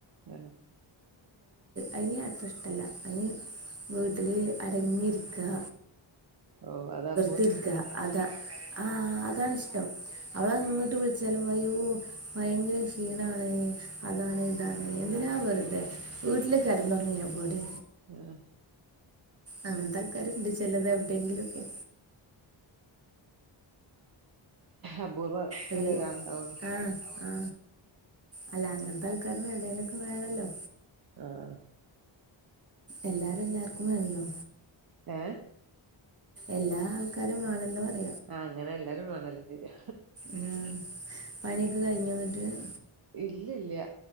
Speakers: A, on the right; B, on the right.
A: ഉ
B: അതിന് യാത്ര ഇഷ്ടല്ല അതിന് വീട്ടില് അടങ്ങിയിരിക്കുക.
A: ഓ അത-
B: തിരിക അതാ ആഹ അതാണിഷ്ടം അവളങ്ങോട്ട് വിളിച്ചാലും പറയ- ഭയങ്കര ക്ഷീണാണ് അതാണ് ഇതാണ് എന്തിനാ വെറുതെ വീട്ടില് കിടന്ന തുടങ്ങിയാ പോലെ
A: ഉം
B: അങ്ങനത്തെ ആൾക്കാരുണ്ട് ചിലത് എവിടെയെങ്കിലുംക്കെ
A: അപൂർവത്തില
B: അത്
A: ഒരാണ്ടാവള്ളു!
B: ആ ആ അല്ല അങ്ങനത്തെ ആൾക്കാരും എവിടെതേങ്കലുംക്കെ വേണല്ലോ.
A: ആഹ!
B: എല്ലാരും എല്ലാർക്കും വേണല്ലോ.
A: ഏ
B: എല്ലാ ആൾക്കാരുംമാണെന്ന് പറയാ.
A: ആഹ്! അങ്ങനെ എല്ലാരും വേണല്ലേ ശരിയ.
B: ഉം പനിയൊക്കെ കഴിഞ്ഞു വന്നിട്ട്-
A: ഇല്ലല്ല